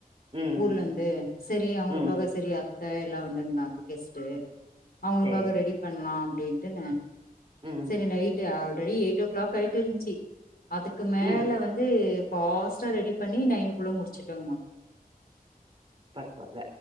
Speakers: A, on the right (about 35°); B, on the left (about 75°).
A: ம்
B: ஊர்லயிருந்து
A: ம்
B: சரி அவுங்களுக்காக
A: ம்
B: சரி அத்த எல்லா வந்திருந்தாங்க கெஸ்ட்டு அவுங்களுக்காக
A: சேரி
B: ரெடி பண்ணலா அப்டின்ட்டு நா
A: ம்
B: சரி night already eight o'clock ஆயிட்டு இருந்துச்சு அதுக்கு மேல
A: ம்
B: வந்து ஃபாஸ்ட்டா ரெடி பண்ணி நைனுக்குள்ள முடிச்சுட்டோங்க
A: படுப்பாப்ல